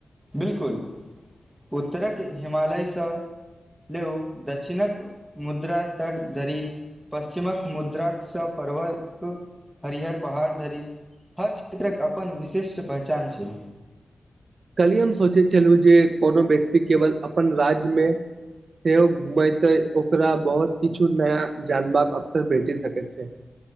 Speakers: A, in the centre; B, on the right.
A: बिल्कुल उत्तरक हिमालयसँ लेउ दक्षिणक मुद्रा तट धरि पश्चिमक मुद्राक सँ पर्वक। हरिहर पहाड़ धरि हर क्षेत्रक अपन विशिष्ट पहचान छै।
B: कलही हम सोचैत छलु जे कोनो व्यक्ति केवल अपन राज्य मे। सेहो घूमै त ओकरा बहुत किछु नया जानबाक अवसर भेटि सकैत छै। <inaudible>